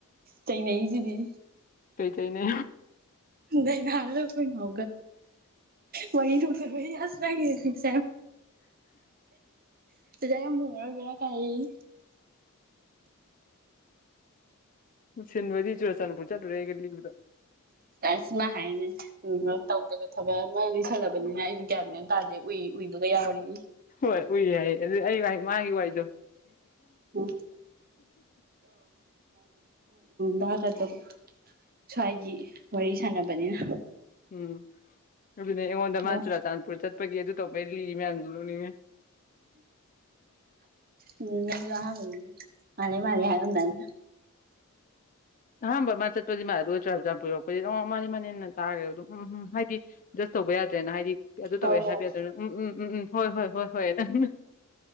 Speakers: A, on the right; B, on the left.
A: ꯆꯩꯅꯩꯁꯤꯗꯤ
B: ꯀꯩ ꯆꯥꯏꯅꯦ
A: ꯂꯩꯅꯥꯒ ꯀꯧꯅꯣ ꯋꯥꯔꯤ ꯊꯣꯛ ꯇꯕꯩ ꯑꯁ <unintelligible> ꯄꯩꯁꯥ ꯌꯥꯝ ꯐꯪꯉꯥꯔꯣꯏ ꯕꯦꯔ ꯀꯥꯏ ꯍꯥꯏꯌꯦ
B: ꯁꯤꯟꯕ ꯆꯨꯔꯥꯆꯥꯟꯄꯨꯔ ꯆꯠꯂ ꯔꯦꯒꯕꯗ
A: ꯑꯁꯃꯥ ꯍꯥꯏꯅꯦ ꯇꯧꯗꯕ ꯊꯕꯛ ꯑꯃ ꯂꯤꯁꯜꯂꯕꯅꯤꯅ ꯑꯩꯁꯨ ꯒꯌꯟ ꯃꯦꯟ ꯑꯝ ꯇꯥꯗꯦ ꯎꯏ ꯎꯏꯕꯒ ꯌꯥꯎꯔꯤ
B: ꯍꯣꯏ ꯎꯏ ꯍꯥꯏꯌꯦ ꯑꯗꯨ ꯑꯩꯍ ꯃꯥꯒꯤ ꯋꯥꯗꯣ
A: ꯎꯝ
B: <unintelligible>
A: ꯗꯥꯥꯒꯗꯕ ꯁ꯭ꯋꯥꯏꯒꯤ ꯋꯥꯔꯤ ꯁꯥꯟꯅꯕꯅꯤꯅ
B: ꯎꯝ ꯑꯗꯨꯅꯦ ꯑꯩꯉꯣꯟꯗ ꯃꯥ
A: ꯑꯣ
B: ꯆꯨꯔꯥꯆꯥꯟꯄꯨꯔ ꯆꯠꯄꯒꯤ ꯑꯗꯨ ꯇꯧꯕꯩ ꯂꯤ ꯃꯌꯥꯝꯗꯨ ꯅꯣꯛꯅꯤꯡꯉꯦ
A: ꯎꯝ ꯅꯪꯁꯨ ꯑꯍꯥꯟꯕꯅꯤꯅꯦ ꯃꯥꯂꯤ ꯃꯥꯂꯤ ꯍꯥꯏꯔꯝꯗꯥꯏ
B: ꯑꯍꯥꯟꯕ ꯃꯥ ꯆꯠꯄ ꯃꯥꯜꯂꯤ ꯔꯣꯖ ꯆꯨꯔꯥꯆꯥꯟꯄꯨꯔ ꯃꯥꯅꯤ ꯃꯅꯤ꯫ ꯇꯥꯔꯦꯕ ꯑꯗꯨꯝ ꯎꯝ ꯎꯝ ꯍꯥꯏꯗꯤ ꯖꯁ ꯇꯧꯕ ꯌꯥꯗ꯭ꯔꯦꯅ ꯍꯥꯏꯗꯤ ꯑꯗꯨ
A: ꯍꯣꯏ
B: ꯇꯧꯋꯦ
A: ꯍꯣꯏ
B: ꯍꯥꯏꯕ ꯑꯗꯨꯕꯅꯤꯅ ꯎꯝ ꯎꯝ ꯎꯝ ꯎꯝ ꯍꯣꯏ ꯍꯣꯏ ꯍꯣꯏ ꯍꯣꯏ ꯍꯣꯏ꯫